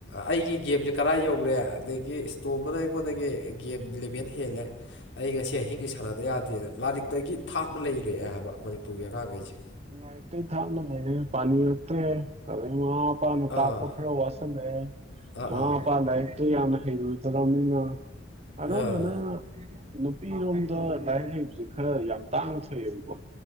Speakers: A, on the left; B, on the right.
A: ꯑꯩꯒꯤ ꯒꯦꯝꯁꯦ ꯀꯔꯥ ꯌꯧꯈ꯭ꯔꯦ ꯑꯗꯒꯤ ꯏꯁꯇꯣꯝꯕꯅ ꯑꯩꯉꯣꯟꯗꯒꯤ ꯒꯦꯝ ꯂꯂꯦꯚꯦꯟ ꯍꯦꯜꯂꯦ ꯑꯩ ꯉꯁꯤ ꯑꯍꯤꯡꯒꯤ ꯁꯥꯟꯅꯗ ꯌꯥꯗꯦꯅ ꯂꯥꯏꯔꯤꯛꯇꯒꯤ ꯊꯥꯞꯅ ꯂꯩꯔꯛꯑꯦ ꯍꯥꯏꯕ ꯃꯅꯤꯄꯨꯔꯒꯤ ꯑꯉꯥꯡꯈꯩꯁꯦ
B: ꯉ ꯇ ꯊꯥꯅ ꯄꯅꯤ ꯑꯠꯇꯦ ꯑ ꯄꯥꯅ ꯇꯥꯞꯄꯈꯔ
A: ꯑꯥ
B: ꯋꯥꯁꯂ
A: ꯑꯥ
B: ꯋꯥꯄꯥꯂ
A: ꯑꯥ
B: ꯑꯗꯨ ꯌꯥꯝꯅ ꯍꯩꯔꯨ ꯗꯔꯅꯤꯅ ꯑꯌꯥꯝꯝꯕꯅ
A: ꯑꯥ
B: ꯅꯨꯄꯤꯔꯣꯝꯗ ꯂꯥꯏꯔꯤꯛ ꯍꯩꯕꯁꯦ ꯈꯔ ꯌꯥꯝ ꯇꯥꯡꯅ ꯊꯣꯛꯑꯦꯕꯀꯣ